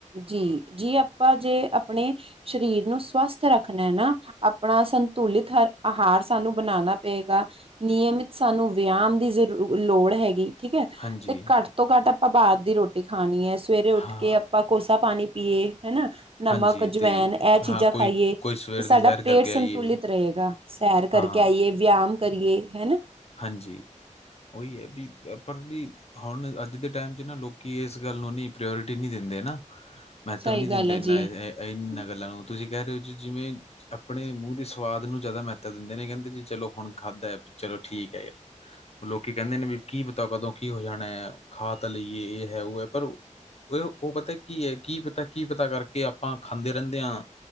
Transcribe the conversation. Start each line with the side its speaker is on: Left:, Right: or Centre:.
Right: ਜੀ ਜੀ ਆਪਾਂ ਜੇ ਆਪਣੇ ਸਰੀਰ ਨੂੰ ਸਵਸਥ ਰੱਖਣਾ ਨਾ ਆਪਣਾ ਸੰਤੁਲਿਤ ਹ ਆਹਾਰ ਸਾਨੂੰ ਬਣਾਉਣਾ ਪਏਗਾ ਨਿਯਮਿਤ ਸਾਨੂੰ ਵਿਆਮ ਦੀ ਜ਼ਰ ਲੋੜ ਹੈਗੀ ਠੀਕ ਹੈ
Left: ਹਾਂਜੀ,
Right: ਤੇ ਘੱਟ ਤੋਂ ਘੱਟ ਆਪਾਂ ਬਾਾਹਰ ਦੀ ਰੋਟੀ ਖਾਣੀ ਹੈ ਸਵੇਰੇ ਉੱਠ
Left: ਹਾਂ।
Right: ਕੇ ਆਪਾਂ ਕੋਸਾ ਪਾਣੀ ਪੀਏ ਹਨਾ
Left: ਹਾਂਜੀ
Right: ਜਵੈਨ
Left: ਤੇ
Right: ਇਹ
Left: ਹਾਂ
Right: ਚੀਜ਼ਾਂ
Left: ਕੋਈ
Right: ਖਾਈਏ
Left: ਕੋਈ ਸਵੇਰ
Right: ਤੇ ਸਾਡਾ
Left: ਦੀ ਸੈਰ ਕਰਕੇ
Right: ਪੇਟ ਸੰਤੁਲਿਤ
Left: ਆਈਏ
Right: ਰਹੇਗਾ ਸੈਰ ਕਰਕੇ
Left: ਹਾਂ
Right: ਆਈਏ ਵਿਆਮ ਕਰੀਏ ਹਨਾ
Left: ਹਾਂਜੀ ਉਹੀ ਹੈ ਵੀ ਪਰੜ੍ਹਲੀ ਹੁਣ ਅੱਜ ਦੇ ਟਾਈਮ 'ਚ ਨਾ ਲੋਕ ਇਸ ਗੱਲ ਨੂੰਨੀ ਪ੍ਰਿਓੋਰਿਟੀ ਨਹੀਂ ਦਿੰਦੇ ਨਾ ਮਹੱਤਵ
Right: ਸਹੀ
Left: ਨੀ
Right: ਗੱਲ
Left: ਦਿੰਦੇ
Right: ਹੈ
Left: ਇਹਨਾਂ
Right: ਜੀ।
Left: ਇਹਨਾਂ ਗੱਲਾਂ ਨੂੰ ਤੁਸੀਂ ਕਹਿ ਰਹੇ ਹੋ ਜੀ ਜਿਵੇਂ ਆਪਣੇ ਮੂੰਹ ਦੇ ਸਵਾਦ ਨੂੰ ਜ਼ਿਆਦਾ ਮਹੱਤਤਾ ਦਿੰਦੇ ਨੇ ਕਹਿੰਦੇ ਜੀ ਚਲੋ ਹੁਣ ਖਾਧਾ ਚਲੋ ਠੀਕ ਹੈ ਲੋਕੀ ਕਹਿੰਦੇ ਨੇ ਵੀ ਕੀ ਪਤਾ ਕਦੋਂ ਕੀ ਹੋ ਜਾਣਾ ਹੈ ਖਾ ਤਾਂ ਲਈਏ ਇਹ ਹੈ ਉਹ ਹੈ ਪਰ, ਇਹ ਉਹ ਪਤਾ ਕੀ ਹੈ ਕੀ ਪਤਾ ਕੀ ਪਤਾ ਕਰਕੇ ਆਪਾਂ ਖਾਂਦੇ ਰਹਿੰਦੇ ਹਾਂ।